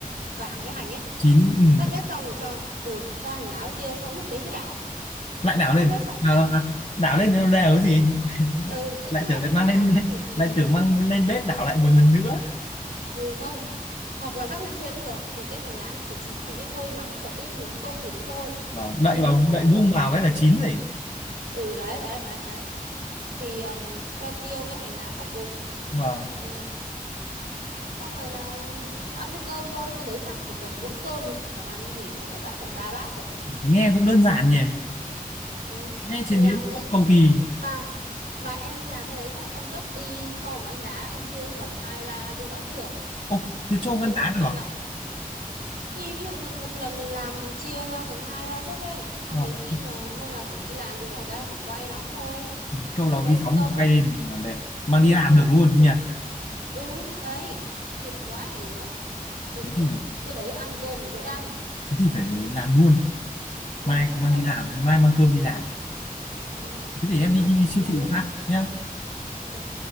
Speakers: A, on the right; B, on the left.
A: vàng cái hành ấy
B: chín ừ.
A: tắt bếp xong rồi cho ừ cho hành lá với tiêu xong lúc đấy mới đảo
B: lại đảo
A: tắt
B: lên
A: bếp xong mới
B: à,
A: đảo
B: à, đảo lên cho nó đều cái gì <laughs> Quên.
A: ừ thế
B: lại
A: tức là
B: tưởng lại
A: cái
B: mang
A: hành
B: lên
A: lá nó chỉ chín
B: lại tưởng mang lên bếp đảo lại một lần nữa
A: ừ không hoặc là rắc lên trên cũng được thì cái hành lá nó chỉ chín bằng cái hơi nóng của cái miếng tôm thịt đấy thôi
B: vâng đậy
A: chứ
B: vào
A: nó không
B: đậy
A: phải là
B: vung vào cái là chín rồi
A: ừ đấy đấy đấy đấy thì um, cho tiêu với hành lá sau cùng
B: vâng
A: thì xong rồi là ăn với cơm thôi cái đấy chắc chỉ cần mỗi cơm thôi chẳng cần ăn cái gì cả đã, đã phải ba bát rồi
B: nghe cũng đơn giản nhỉ
A: ừ.
B: nghe chế
A: thì
B: biến
A: làm đi
B: không cầu kỳ
A: mà mà em làm cái đấy nhá em cất đi cho vào ngăn đá em chia phần hai ba bữa cũng được
B: ô thế cho
A: đến
B: con đá
A: lúc ăn
B: được à?
A: lại thì ví dụ mình, một lần mình làm mình chia ra thành hai ba suất đấy xong
B: vâng
A: đến khi mà hôm nào chuẩn bị làm thì bỏ ra chỉ quay nóng thôi
B: câu là
A: nó đỡ
B: vi
A: mất
B: sóng
A: công
B: được quay lên là đẹp mang
A: ừ
B: đi làm được luôn nhỉ
A: ừ đấy tiện quá làm gì nữa những
B: thế
A: cái
B: thì
A: cái đấy ăn cơm thì dễ ăn
B: thế thì phải làm luôn
A: ừ,
B: mai
A: thế
B: mang
A: thì làm
B: đi làm
A: luôn đi
B: mai mang cơm đi làm
A: ừ,
B: thế thì em
A: nhá
B: đi siêu
A: làm
B: thị
A: luôn đi
B: phát nhá
A: ok